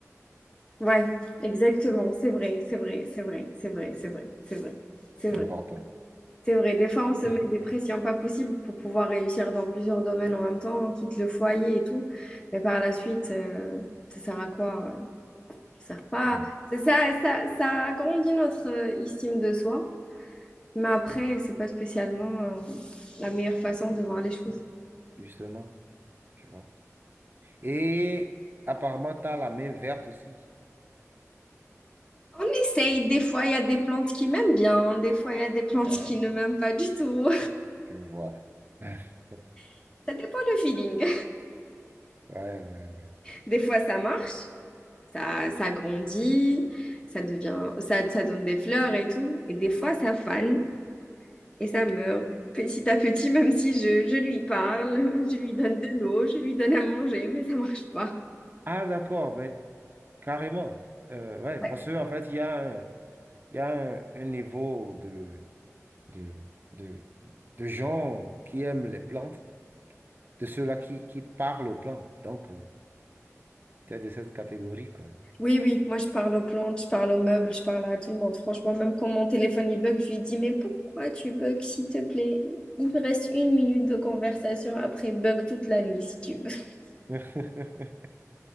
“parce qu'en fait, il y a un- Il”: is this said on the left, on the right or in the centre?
Right